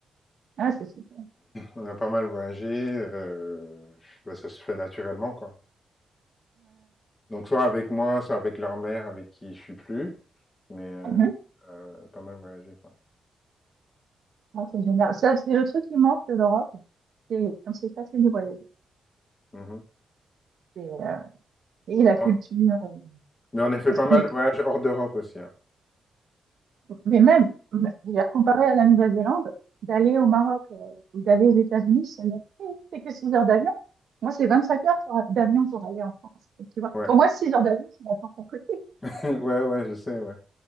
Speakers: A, on the right; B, on the left.
A: ah, c'est super.
B: On a pas mal voyagé. euh, ben, ça se fait naturellement quoi. Donc soit avec moi, soit avec leur mère, avec qui je suis plus. Mais euh,
A: Euh,
B: euh, pas mal voyagé quoi.
A: Ah, c'est génial. Ça, c'est le truc qui manque de l'Europe. C'est comme c'est facile de voyager.
B: Mhm.
A: Et, euh, et la
B: Bon,
A: culture. et-
B: Mais on a fait
A: Parce
B: pas
A: qu'on
B: mal
A: est
B: de
A: trop...
B: voyages hors d'Europe aussi. hein.
A: Mais même, je veux dire, comparé à la Nouvelle-Zélande, d'aller au Maroc euh, ou d'aller aux États-Unis, ce n'est c'est que 6 heures d'avion. Moi, c'est 25 heures pour- d'avion pour aller en France. Et tu vois,
B: Ouais.
A: pour moi, 6 heures d'avion, c'est la France à côté.
B: <laughs> Ouais, ouais, je sais, ouais,